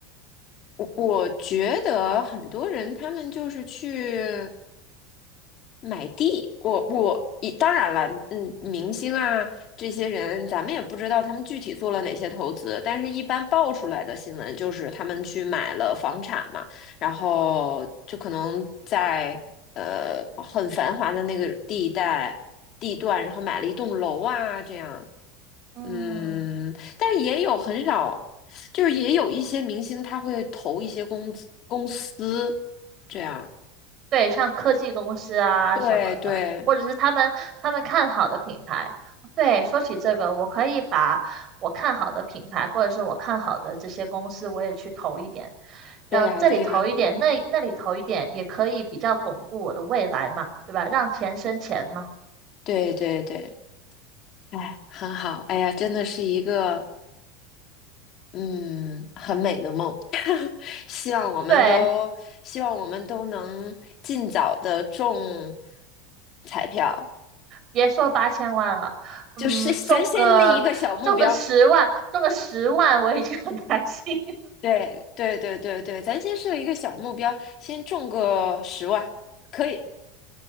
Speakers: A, on the left; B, on the right.
A: 我我觉得很多人他们就是去。买地，我我一当然了，嗯，明星啊这些人，咱们也不知道他们具体做了哪些投资，但是一般爆出来的新闻就是他们去买了房产嘛，然后就可能在呃很繁华的那个地带地段，然后买了一栋楼啊这样，
B: 嗯。
A: 嗯，但是也有很少，就是也有一些明星他会投一些公司公司这样，
B: 对，像科技公司啊什么的，
A: 对对。
B: 或者是他们他们看好的品牌。对，说起这个，我可以把我看好的品牌，或者是我看好的这些公司，我也去投一点，
A: 对呀，
B: 然后这里投一点，
A: 对呀，
B: 那那里投一点，也可以比较巩固我的未来嘛，对吧？让钱生钱嘛。
A: 对对对对，哎，很好，哎呀，真的是一个嗯很美的梦，希望我们都希望我们都能尽早的中
B: 对，
A: 彩票，
B: 别说八千万了，嗯，
A: 就是咱先立一个小目标，
B: 中个中个十万，中个十万，我已经很开心
A: 对对对对对，咱先设一个小目标，先中个十万，可以，